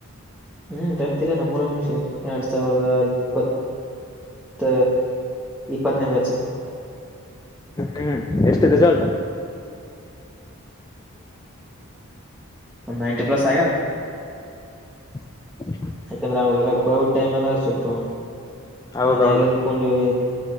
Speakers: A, in the centre; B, on the left.
A: ಹ್ಮ್ ಟೆಂತ್ ಇಲ್ಲ ನಮ್ಮೂರ ಮಗಶಗೊಂಡ್ ಎರಡ್ ಸಾವಿರದ ಇಪ್ಪ್ ಪತ್ತ ಇಪ್ಪತ್ತನೆ ಬ್ಯಾಚ
B: ಹ್ಮ್ ಎಷ್ಟು ರಿಸಾಲ್ಟ
A: ಒ ನೈಂಟಿ ಪ್ಲಸ್ ಆಗ್ಯದ
B: ಹ <inaudible>
A: ಯಾಕಂದ್ರೆ ಅವಾಗೆಲ್ಲ ಕೋವಿಡ್ ಟೈಮ್ ಎಲ್ಲ ಸ್ವಲ್ಪ
B: ಹೌದೌದು
A: ಮನ್ಯಾಗ ಇದಕೊಂಡವಿ